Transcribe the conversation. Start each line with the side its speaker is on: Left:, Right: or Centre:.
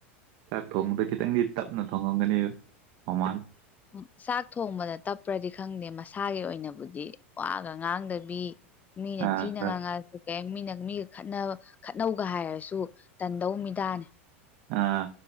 Right: ꯆꯥꯛ ꯊꯣꯡꯕꯗ ꯈꯤꯇꯪꯗꯤ ꯇꯞꯅ ꯊꯣꯡꯉꯝꯒꯅꯤ ꯃꯃꯥꯅ
Left: ꯎꯝ ꯆꯥꯛ ꯊꯣꯡꯕꯗ ꯇꯞꯄ꯭ꯔꯗꯤ ꯈꯪꯗꯦ ꯃꯁꯥꯒꯤ ꯑꯣꯏꯅꯕꯨꯗꯤ ꯋꯥꯒ ꯉꯥꯡꯗꯕꯤ ꯃꯤꯅ
Right: ꯑꯥ
Left: ꯊꯤꯅ
Right: ꯈꯔ
Left: ꯉꯥꯡ ꯉꯛ ꯑꯖꯨ ꯀꯩꯝ ꯃꯤꯅ ꯃꯤꯒ ꯈꯠꯅ ꯈꯠꯅꯧꯒ ꯍꯥꯏꯔꯁꯨ ꯇꯟꯗꯧ ꯃꯤꯗꯥꯅꯤ
Right: ꯑꯥ